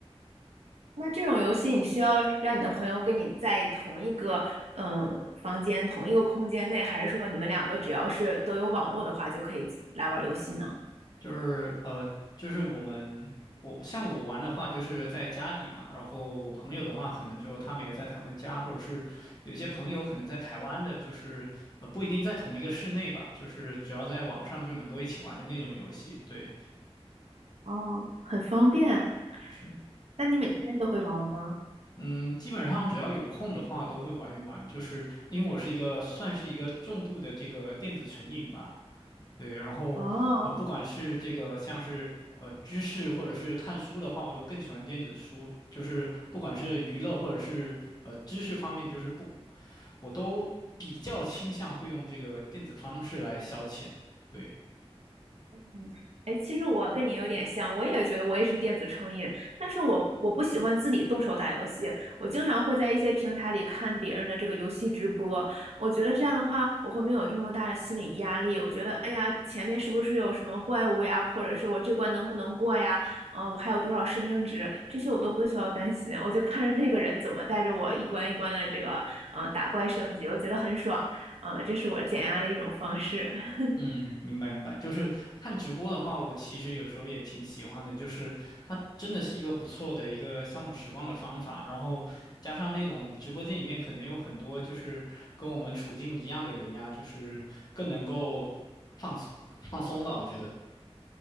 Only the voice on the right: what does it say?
那这种游戏，你需要让你的朋友跟你在同一个嗯房间、同一个空间内，还是说你们两个只要是都有网络的话，就可以来玩游戏呢？
哦，很方便。
那你每天都会玩吗？
哦，
嗯，哎，其实我跟你有点像，我也觉得我也是电子成瘾，但是我我不喜欢自己动手打游戏，我经常会在一些平台里看别人的这个游戏直播，我觉得这样的话，我会没有这么大的心理压力，我觉得，哎呀，前面是不是有什么怪物呀，或者是我这关能不能过呀？呃，我还有多少生命值，这些我都不需要担心，我就看着那个人怎么带着我一关一关的这个，嗯、打怪升级，我觉得很爽，嗯、这是我减压的一种方式。<laughs>